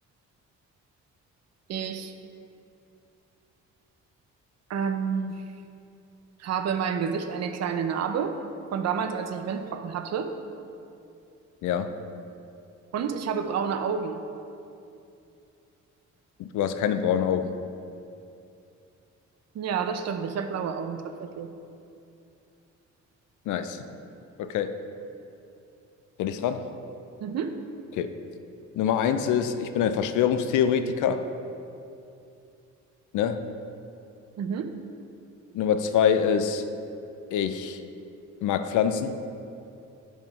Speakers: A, on the right; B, on the left.
A: ich Ähm, habe in meinem Gesicht eine kleine Narbe von damals, als ich Windpocken hatte.
B: Ja,
A: Und ich habe braune Augen.
B: du hast keine braunen Augen.
A: Ja, das stimmt. Ich habe blaue Augen tatsächlich.
B: Nice. Okay. Bin ich dran?
A: Mhm,
B: Okay. Nummer eins ist, ich bin ein Verschwörungstheoretiker. Ne?
A: mhm.
B: Nummer zwei ist, ich mag Pflanzen.